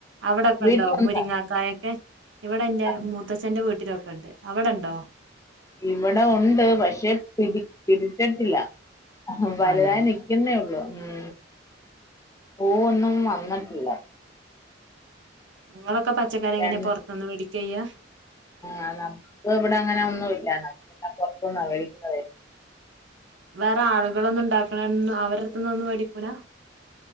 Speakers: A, on the right; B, on the left.
A: അവിടെക്കെ
B: വീട്ടിലുണ്ടോ
A: ണ്ടോ മുരിങ്ങക്കായ ഇവിടെ ന്റെ
B: ആ,
A: മൂത്തച്ഛന്റെ വീട്ടിലൊക്കെ ണ്ട് അവിടെണ്ടോ?
B: ഇവിടെ ഉണ്ട് പക്ഷെ പി പിടിച്ചിട്ടില്ല. വലുതായി
A: അതെ
B: നിൽക്കുന്നേ ഉള്ളൂ ഉം പൂവൊന്നും വന്നിട്ടില്ല
A: ങ്ങള പച്ചക്കറി എങ്ങനെ
B: രണ്ട്
A: പുറത്തുന്ന് വേടി ചെയ്യ
B: ആ നമുക്ക് ഇവിടെ അങ്ങനെ ഒന്നുംല്ല പുറത്തൂന്നാ മേടിക്കുന്നതെ
A: വേറെ ആളുകളൊന്നു ണ്ടാക്കണംന്ന് അവരെടുത്ത്ന്നൊന്നും മേടിക്കൂല